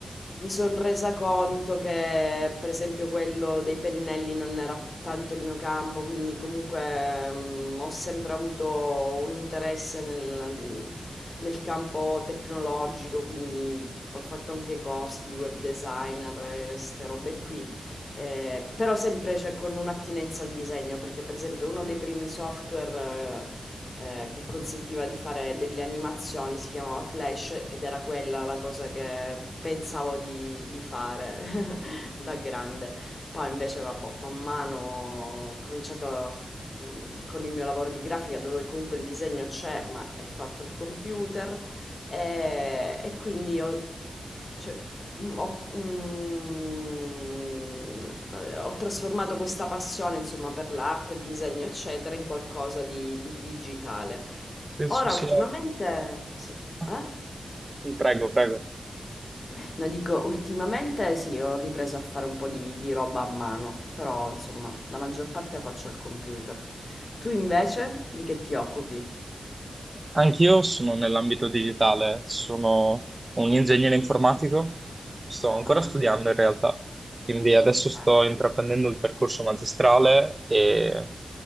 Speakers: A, on the left (about 45°); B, on the right (about 25°).
A: mi sono resa conto che per esempio quello dei pennelli non era tanto il mio campo, quindi comunque mm, ho sempre avuto un interesse nel nel campo tecnologico, quindi ho fatto anche corsi di web designer e ste robe qui. Eh, però sempre cioè, con un'attinenza al disegno, perché per esempio uno dei primi software eh, eh, che consentiva di fare delle animazioni si chiamava Flash ed era quella la cosa che pensavo di, di fare <laughs> da grande. Poi invece, vabbè, man mano ho cominciato a mhmm, con il mio lavoro di grafica dove comunque il disegno c'è, ma è fatto al computer, ehm, e quindi ho cioè, mhmm, ho mhmm, ehm, ho trasformato questa passione, insomma, per l'arte, il disegno, eccetera, in qualcosa di di digitale.
B: Penso
A: Ora
B: sia...
A: ultimamente sì.
B: Ah,
A: Eh?
B: sì, Prego, prego.
A: No, dico, ultimamente sì, ho ripreso a fare un po' di, di roba a mano, però insomma, la maggior parte la faccio al computer. Tu invece di che ti occupi?
B: Anch'io sono nell'ambito digitale, sono un ingegnere informatico, sto ancora
A: Ah,
B: studiando in realtà, quindi adesso
A: Ok,
B: sto intraprendendo il percorso magistrale e